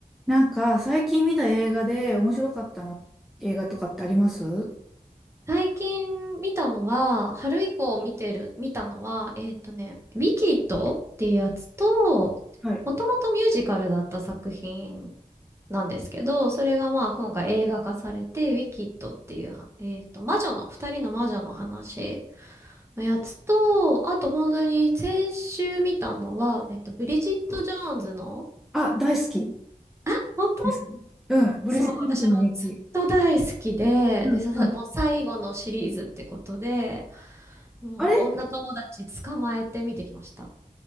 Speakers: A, in the centre; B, on the right.
A: なんか、最近見た映画で面白かったの、映画とかってありますうん
B: 最近見たのは、春以降見てる、見たのは、えっとね、ウィキッドっていうやつと、
A: はい。
B: もともとミュージカルだった作品なんですけど、それがまあ今回映画化されて、ウィキッドっていうは、えっと、魔女の、二人の魔女の話のやつと、あと本当に先週見たのは、えっと、ブリジット・ジョーンズの、
A: あ、大好き
B: あ、本
A: ですうん、ブリジット・
B: そう、
A: ジョーンズの日記。
B: 私もずっと大好きで、
A: うんうん。
B: で、さ、もう最後のシリーズってことで、もう女友達捕まえて見てきました。
A: あれ